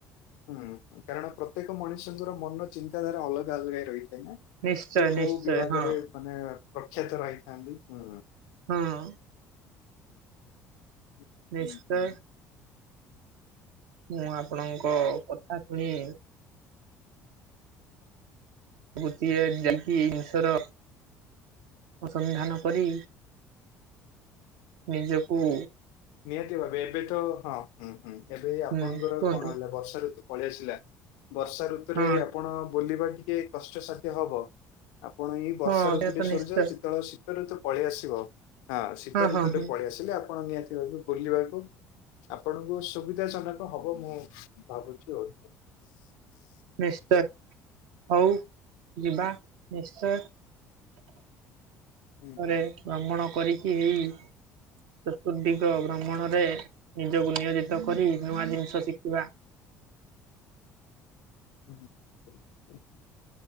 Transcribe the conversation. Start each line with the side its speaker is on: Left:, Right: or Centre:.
Left: ହୁଁ ହୁଁ, କାରଣ ପ୍ରତ୍ୟେକ ମଣିଷଙ୍କର ମନ ଚିନ୍ତାଧାରା ଅଲଗା ଅଲଗା ହେଇ ରହିଥାଏ ନା?
Right: ନିଶ୍ଚୟ
Left: କିଏ କୋଉ
Right: ନିଶ୍ଚୟ
Left: ବିଭାଗରେ
Right: ହଁ
Left: ମାନେ ପ୍ରଖ୍ୟାତ ରହିଥାନ୍ତି? ହୁଁ।
Right: ହଁ।
Left: ହ ହୁଁ
Right: ନିଶ୍ଚୟ
Left: ହୁଁ।
Right: ମୁଁ ଆପଣଙ୍କ କଥା ଶୁଣି <unintelligible> ଏଇ ଜିନିଷର ଅନୁସନ୍ଧାନ କରି, ନିଜକୁ
Left: ନିହାତି ଭାବେ, ଏବେ ତ, ହଁ ହଁ ହୁଁ, ଏବେ ଆପଣଙ୍କର
Right: ହୁଁ କୁହନ୍ତୁ
Left: କଣ ହେଲା ବର୍ଷା ଋତୁ ପଳେଇ ଆସିଲା, ବର୍ଷା ଋତୁରେ
Right: ହଁ
Left: ଆପଣ ବୁଲିବା ଟିକେ କଷ୍ଟସାଧ୍ୟ ହବ? ଆପଣ ଏଇ ବର୍ଷା
Right: ହଁ
Left: ଋତୁ
Right: ସେ ତ
Left: ଟି ସରିଯାଉଚି,
Right: ନିଶ୍ଚୟ
Left: ତ ଶୀତ ଋତୁ ପଳେଇ ଆସିବ ହଁ, ଶୀତ ଋତୁ
Right: ହଁ
Left: ଟି
Right: ହଁ
Left: ପଳେଇଆସିଲେ, ଆପଣ ନିହାତି ଭାବେ ବୁଲିବାକୁ, ଆପଣ ସ ସୁବିଧା ଜନକ ହବ ମୁଁ ଭାବୁଛି ଆଉ।
Right: ନିଶ୍ଚୟ ହଉ ଯିବା ନିଶ୍ଚୟ।
Left: ହୁଁ
Right: ପରେ ଭ୍ରମଣ କରିକି ହେଇ ଚତୁର୍ଦିଗ ଭ୍ରମଣରେ ନିଜକୁ ନିୟୋଜିତ କରି ନୂଆ ଜିନିଷ ଶିଖିବା।
Left: ହୁଁ <unintelligible>